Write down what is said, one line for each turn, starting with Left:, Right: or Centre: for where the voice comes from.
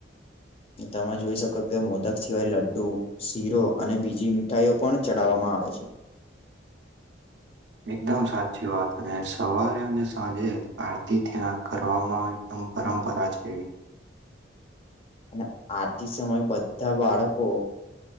Left: તમે જોઈ શકો કે મોદક સિવાય લડ્ડુ શીરો અને બીજી મીઠાઈઓ પણ ચડાવવામા આવે છે
Right: એકદમ સાચી વાત અને સવારે અને સાંજે આરતી ત્યાં કરવામાં એકદમ પરંપરા છે એવી
Left: અને આરતી સમય બંધા બાળકો